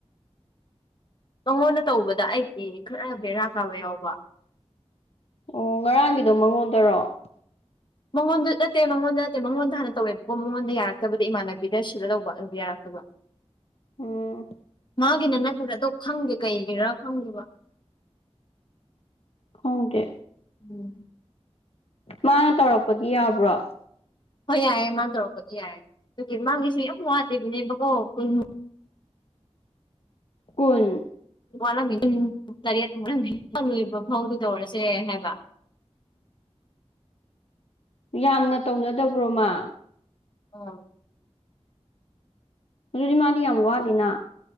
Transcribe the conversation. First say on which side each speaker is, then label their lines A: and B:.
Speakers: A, on the left; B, on the left.
A: ꯅꯪꯉꯣꯟꯗ ꯇꯧꯕꯗ ꯑꯩꯗꯤ ꯈꯔ ꯕꯦꯔꯥ ꯀꯥꯕ ꯌꯥꯎꯕ
B: ꯑꯣ ꯉꯔꯥꯡꯒꯤꯗꯣ ꯃꯉꯣꯟꯗꯧꯔꯣꯑꯣ
A: ꯃꯉꯣꯟꯗ ꯅꯠꯇꯦ ꯃꯉꯣꯟꯗ ꯅꯠꯇꯦ ꯃꯉꯣꯟꯗ ꯍꯥꯟꯅ ꯇꯧꯋꯦꯕꯀꯣ ꯃꯉꯣꯟꯗ ꯌꯥꯔꯛꯇꯕꯗꯤ ꯏꯃꯥꯟꯅꯕꯤꯗ ꯁꯤꯜꯂ ꯂꯧꯕ ꯑꯗꯨꯗ ꯌꯥꯔꯛꯇꯕ
B: ꯎꯝ
A: ꯃꯥꯒꯤꯅ ꯅꯠꯇꯗ ꯑꯗꯣ ꯈꯪꯗꯦ ꯀꯩꯒꯤꯔꯥ ꯈꯪꯗꯦꯕ
B: ꯈꯪꯗꯦ
A: ꯎꯝ
B: ꯃꯥꯅ ꯇꯧꯔꯛꯄꯗꯤ ꯌꯥꯕ꯭ꯔꯣ
A: ꯍꯣꯏ ꯌꯥꯏꯦ ꯃꯥꯅ ꯇꯧꯔꯛꯄꯗꯤ ꯌꯥꯏꯦ ꯑꯗꯨꯒꯤ ꯃꯥꯒꯤꯁꯨ ꯌꯥꯝ ꯋꯥꯗꯦꯕꯅꯦꯕꯀꯣ ꯀꯨꯟ
B: ꯀꯜ
A: ꯂꯝꯃꯤ ꯄꯨꯡ ꯇꯔꯦꯠꯃꯨꯛ ꯂꯣꯏꯕ ꯐꯥꯎꯗꯨ ꯇꯧꯔꯁꯦ ꯍꯥꯏꯕ
B: ꯌꯥꯝꯅ ꯇꯧꯅꯗꯕ꯭ꯔꯣꯃ
A: <inaudible>
B: ꯑꯗꯨꯗꯤ ꯃꯥꯗꯤ ꯌꯥꯝ ꯋꯥꯠꯂꯤꯅ